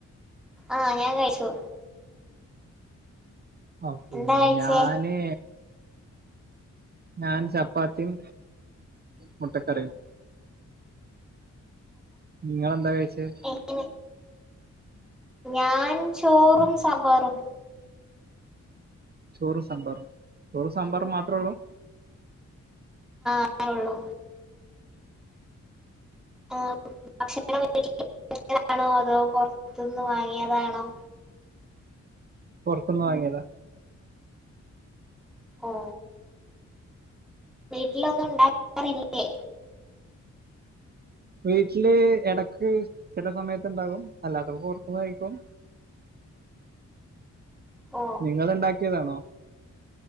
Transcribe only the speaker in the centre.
ആഹ് ഞാൻ കഴിച്ചു
എന്താ കഴിച്ചേ
എങ്ങനെ ഞാൻ ചോറും സാമ്പാറും
ആ ഉള്ളു ആ ഭക്ഷണ <unintelligible> താണോ അതോ പുറത്തുന്ന് വാങ്ങിയതാണോ
ഓ വീട്ടിലൊന്നും ഉണ്ടാക്കാറില്ലേ
ഓ